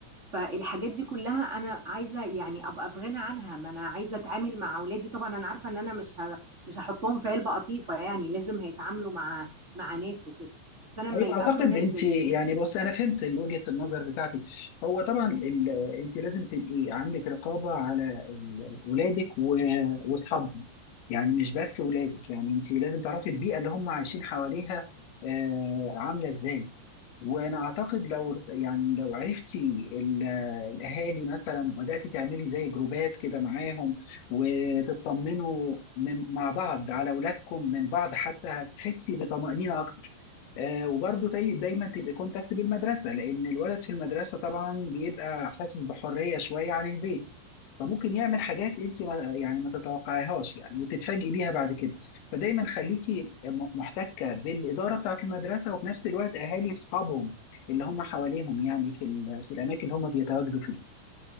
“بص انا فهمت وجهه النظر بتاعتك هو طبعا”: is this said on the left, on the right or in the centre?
Left